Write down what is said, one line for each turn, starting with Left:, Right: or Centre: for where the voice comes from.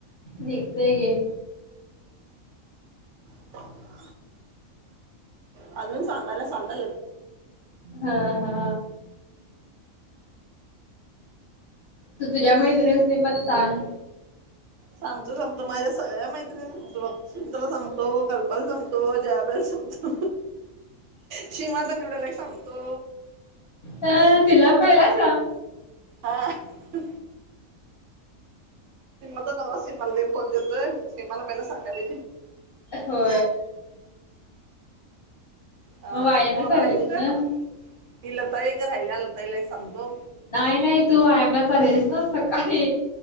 Left: दिखते घे.
Right: <unintelligible> अजून सांगायला सांगा
Left: हा हा. तू तुझ्या मैत्रिणीसनी पण सांग.
Right: सांगतो सांगतो माझ्या सगळ्या मैत्रिणीसनी सांगतो बघ <unintelligible> ला सांगतो कल् ल संगतो जबला संगतो शीमात एवड्याला सांगतो.
Left: अ, तिला पहिला सांग.
Right: हा सम तर नवरा सिमल दे फोन देत ते मला पहिला सांगा ब
Left: हो.
Right: ह आणि
Left: मग वायामला
Right: कोण
Left: चाललीस
Right: राहिल
Left: म्हण.
Right: ग ती लता एक ग राहिली लताईला एक सांगतो
Left: नाही नाही तू आयामला चाललेलीस ना सकाळी